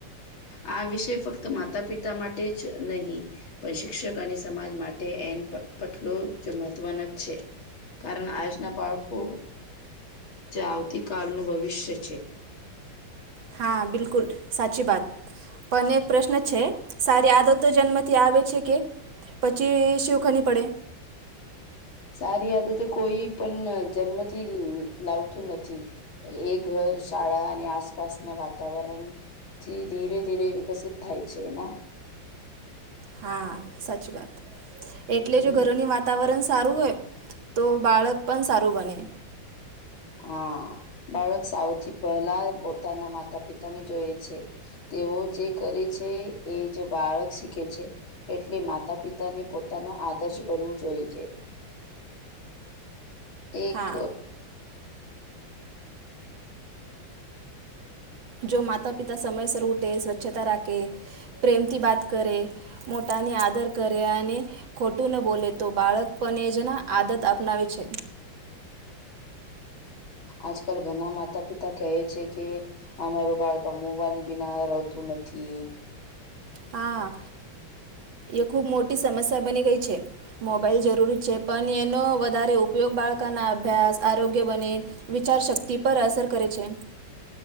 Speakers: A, on the left; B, on the right.
A: અ આ વિષય ફક્ત માતા પિતા માટે જ નહી પણ શિક્ષક અને સમાજ માટે એ પટલું જ મહત્વનું જ છે કારણ આજના બાળકો જે આવતીકાલનું ભવિષ્ય છે
B: હા બિલકુલ સાચી બાત અને એક પ્રશ્ન છે સારી આદતો જન્મથી આવે છે કે પછી શીખવની પડે
A: <inaudible> સારી આદતો કોઈ પણ જન્મથી લાવતું નથી એ ઘર શા ળા અને આસપાસના વાતાવરણ થી ધીરે ધીરે વિકસિત થાય છે ના <inaudible>
B: હા સાચી વાત એટલે
A: હમ
B: જો ઘરોની વાતાવરણ સારું હોય તો બાળક પણ સારું બને
A: હા બાળક સૌથી પહેલા પોતાના માતા પિતા ની જોય છે તેઓ જે કરે છે એ જ બાળક શીખે છે એટલે માતા પિતાને આદર્શ બનવું જોઈ છે એક
B: હા જો માતા પિતા સમયસર ઉઠે સ્વચ્છતા રાખે પ્રેમ થી બાત કરે મોટા ને આદર કરે અને ખોટું ન બોલે તો બાળક પણને એ જ આદત અપનાવે છે
A: આજકાલ ઘના માતા પિતા કહે છે કે અમારું બાળકા મોબાઈલ બિના રહતું નથી
B: હા એ ખુબ મોટી સમસ્યા બની ગઈ છે મોબાઈલ જરૂરી છે પણ એનો વધારે ઉપયોગ બાળ કો ના અભ્યાસ આરોગ્ય બને વિચારશક્તિ પર અસર કરે છે